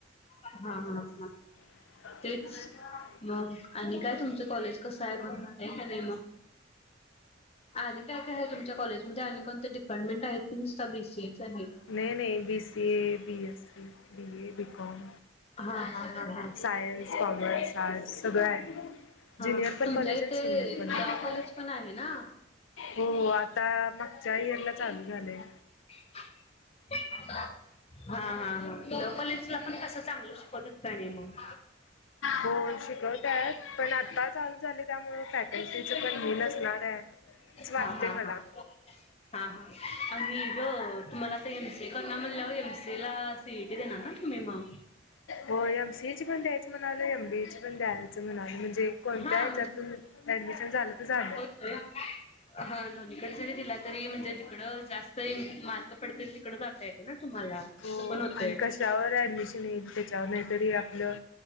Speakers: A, on the left; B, on the left.
A: हा हा हा
B: <inaudible>
A: तेच मग आणि काय तुमचं कॉलेज कसं आहे बघ हे नाही मग आणि काय काय आहे तुमच्या कॉलेजमध्ये आणि कोणत डिपार्टमेंट आहे नुसता बी सी ए च आहे.
B: नाही नाही B C A, B S C, B A, BCom.
A: हा हा हा हा
B: सायन्स, कॉमर्स, आर्ट्स सगळं आहे.
A: हा
B: ज्युनियर
A: हा
B: पण
A: तुमच्या
B: कॉलेज
A: इथे
B: आहे, सिनियर पण आहे.
A: लॉ कॉलेज पण आहे ना?
B: हो हो आता मागच्या इयर ला चालू झालंय.
A: ह <inaudible> हा हा हा तुला कॉलेजला पण कस चांगलं शिकवतात का नाही मग
B: हो शिकवतात. आहेत, पण आता चालू झाले त्यामुळे फॅकल्टीच पण लय नसणार आहे. असं वाटतंय
A: हा हा
B: मला.
A: हा. हा हा आणि ग तुम्हाला आता एम स कर ना म्हणलं एम स ला सीट. टी देणार नन तुम्ही मग?
B: हो एमसी ची पण द्यायच म्हणाला एम बीए ची पण द्यायच. म्हणाले म्हणजे कोणत्या
A: हा
B: हच्यातून ऍडमिशन झालं तर झालं.
A: ह. हा दोन्हीकडे जरी दिला तरी म्हणजे जिकडं जास्त मार्क पडतील तिकड जाता येते ना तुम्हाला. असं
B: हो
A: पण होतंय.
B: आणि कशावर ऍडमिशन येईल ते. नाहीतरी आपलं